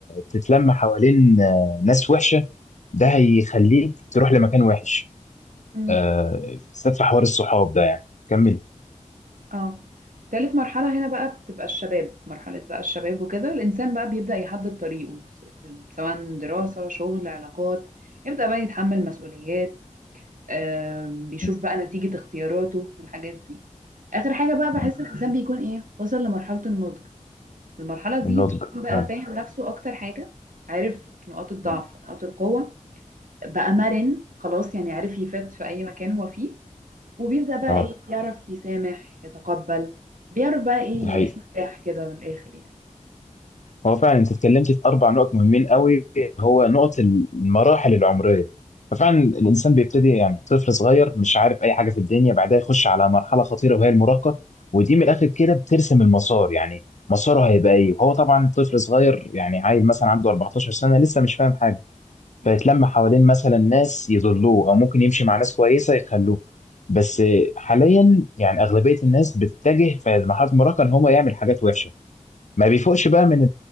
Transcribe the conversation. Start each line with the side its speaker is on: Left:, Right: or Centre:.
Left: تتلم حوالين آه، ناس وحشه ده هيخليك تروح لمكان وحش
Right: مم.
Left: آه، بالذات في حوار الصحاب ده يعني كملي
Right: اه تالت مرحلة هنا بقى بتبقى الشباب مرحلة بقى الشباب وكده الإنسان بقى بيبدأ يحدد طريقه س- في- سواء دراسة شغل علاقات يبدأ بقى يتحمل مسؤوليات آه بيشوف
Left: مم.
Right: بقى نتيجة اختياراته والحاجات دي آخر حاجة بقى بحس
Left: مم.
Right: الإنسان بيكون إيه وصل لمرحلة النضج في المرحلة دي
Left: النضج
Right: بيكون بقى
Left: فعلا
Right: فاهم نفسه أكتر حاجة عارف نقاط الضعف
Left: مم.
Right: ونقاط القوة بقى مرن خلاص يعني عارف يفت في أي مكان هو فيه وبيبدأ بقى
Left: اه
Right: إيه بيعرف يسامح يتقبل بيعرف بقى إيه
Left: دي حقيقه
Right: يعيش مرتاح كده من الآخر يعني
Left: هو فعلا انت اتكلمت في اربع نقط مهمين قوي هو نقط المراحل العمريه ففعلا الانسان بيبتدي يعني طفل صغير مش عارف اي حاجه في الدنيا بعدها يخش على مرحله خطيره وهي المراهقه ودي من الاخر كده بترسم المسار يعني مساره هيبقى ايه وهو طبعا طفل صغير يعني عيل مثلا عنده 14 سنه لسه مش فاهم حاجه فيتلم حوالين مثلا ناس يضلوه او ممكن يمشي مع ناس كويسه يخلوه بس حاليا يعني اغلبيه الناس بتتجه في مرحله المراهقه ان هو يعمل حاجات وحشه ما بيفوقش بقى من